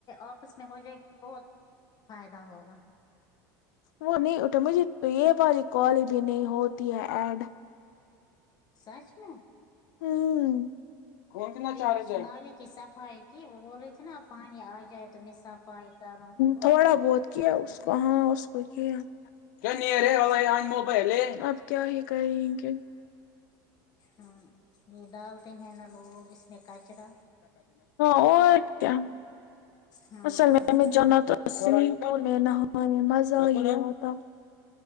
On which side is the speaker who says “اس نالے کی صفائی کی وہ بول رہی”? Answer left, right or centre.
Left